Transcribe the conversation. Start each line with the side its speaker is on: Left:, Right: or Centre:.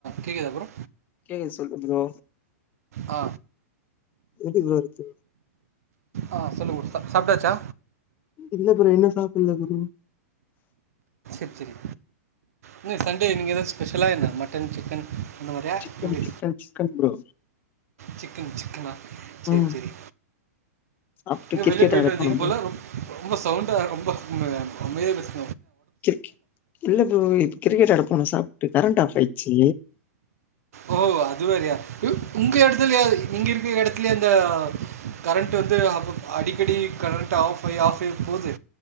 Right: கேக்குதா புரோ
Left: கேக்குது சொல்லு ப்ரோ
Right: ஆ
Left: கேக்குது ப்ரோ எனக்கு
Right: ஆ சொல்லு ப்ரோ சாப்ட்டாச்சா
Left: இல்ல ப்ரோ இன்ன சாப்புல்ல ப்ரோ
Right: செரி இன்ன சண்டே நீங்க எதாச்சு ஸ்பெஷலா என்ன மட்டன் சிக்கன் அந்த மாதிரியா
Left: சிக்கனு
Right: எப்படி
Left: சிக்கன் சிக்கன் ப்ரோ
Right: சிக்கன் சிக்கனா சேரி
Left: ம்
Right: செரி
Left: சாப்ட்டு
Right: நீங்க
Left: கிரிக்கெட்
Right: வெளிய பேயிட்டு
Left: ஆட
Right: வந்தீங்க
Left: போனோ ப்ரோ
Right: போல ரொம்ப சவுண்டா ரொம்ப ம் அமைதியா பேஸ்
Left: கிரிக்க இல்ல ப்ரோ இத் கிரிக்கெட் ஆட போனோ சாப்ட்டு கரண்ட்டு ஆஃப் ஆயிச்சி
Right: ஓ அது வேறயா உங்க எடத்துலயா இங்க இருக்குற எடத்துலயா அந்த கரண்ட்டு வந்து அப்போ அடிக்கடி கரண்ட்டு ஆஃப் ஆயி ஆஃப் ஆயி போது